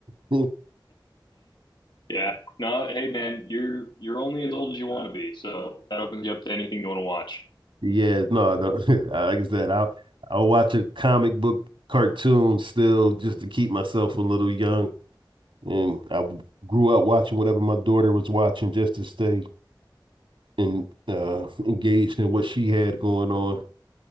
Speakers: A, on the right; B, on the left.
A: <laughs>
B: Yeah. No, hey man, you're you're only as old as you want to be. So that opens you up to anything you want to watch.
A: Yeah, no, no. <laughs> I- Like I said, I'll I'll watch a comic book cartoon still just to keep myself a little young. And I w- grew up watching whatever my daughter was watching just to stay and uh engaged in what she had going on.